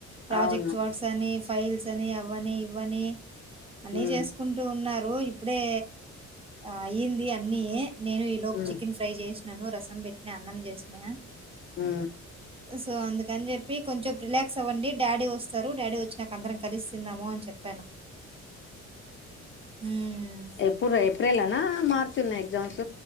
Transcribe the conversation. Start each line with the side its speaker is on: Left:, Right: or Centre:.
Right: ప్రాజెక్ట్
Left: అవును
Right: వర్క్స్ అని ఫైల్స్ అని అవని ఇవని అన్ని
Left: ఉమ్,
Right: చేసుకుంటూ ఉన్నారు పూజ ఇప్పుడే అయింది అన్ని నేను
Left: ఉమ్,
Right: చికెన్ ఫ్రై చేసి నను రసం పెట్టిన, అన్నం చేసిన
Left: హు
Right: సో అందుకని చెప్పి కొంచెం రిలాక్స్ అవ్వండి. డాడీ వస్తారు డాడీ వచ్చినాక అందరం కలిసి తిందాం అని చెప్పి హ్మ్.
Left: ఎప్పుడు రా ఏప్రిల్ నా మార్చి నా ఎగ్జామ్స్